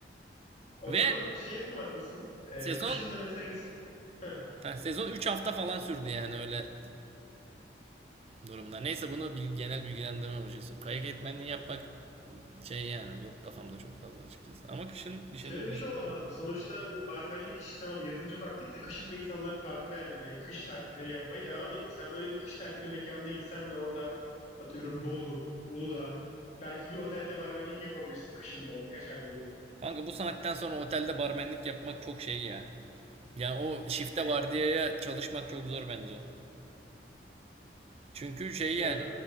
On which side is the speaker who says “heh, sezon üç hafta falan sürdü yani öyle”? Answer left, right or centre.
Right